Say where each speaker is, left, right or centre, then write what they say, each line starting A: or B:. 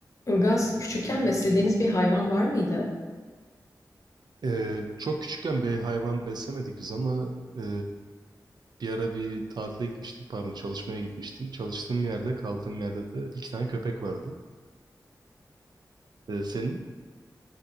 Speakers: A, on the left; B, on the right.
A: Ilgaz, küçükken beslediğiniz bir hayvan var mıydı?
B: Ee, çok küçükken bir hayvan beslemedik biz ama e, bir ara bir tatile gitmiştim, pardon çalışmaya gitmiştim. Çalıştığım yerde, kaldığım yerde de iki tane köpek vardı. Ee, senin?